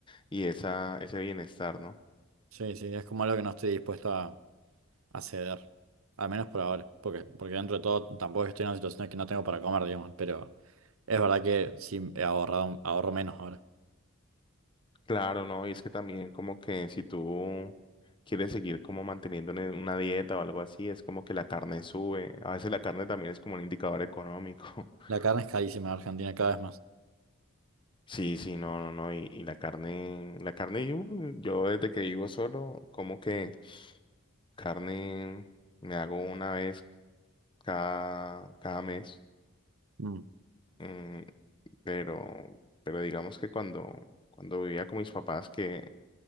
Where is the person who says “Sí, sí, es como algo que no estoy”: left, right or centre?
Right